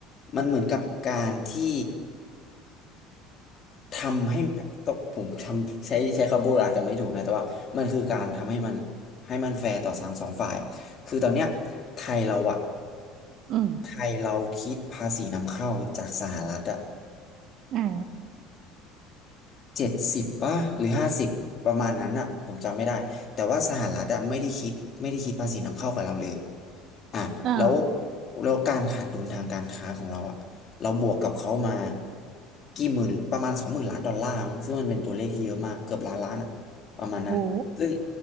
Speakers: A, on the left; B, on the right.
A: มันเหมือนกับการที่ทำให้ต้องผมทำใช้ใช้คำพูดอาจจะไม่ถูกนะแต่ว่ามันคือการทำให้มันให้มันแฟร์ต่อทั้งสองฝ่ายคือตอนเนี้ยไทยเราอะ
B: อืม
A: ไทยเราคิดภาษีนำเข้าจากสหรัฐอะ
B: อ่า
A: เจ็ดสิบป่ะหรือห้าสิบประมาณนั้นอะผมจำไม่ได้แต่ว่าสหรัฐอะไม่ได้คิดไม่ได้คิดภาษีนำเข้ากับเราเลยอ่ะแล้ว
B: อ่า
A: แล้วการขาดดุลทางการค้าของเราอะเราบวกกับเขามากี่หมื่นประมาณสองหมื่นล้านดอลลาร์มั้งซึ่งมันเป็นตัวเลขที่เยอะมากเกือบล้านล้านอะประมาณนั้นซึ่ง
B: โอ้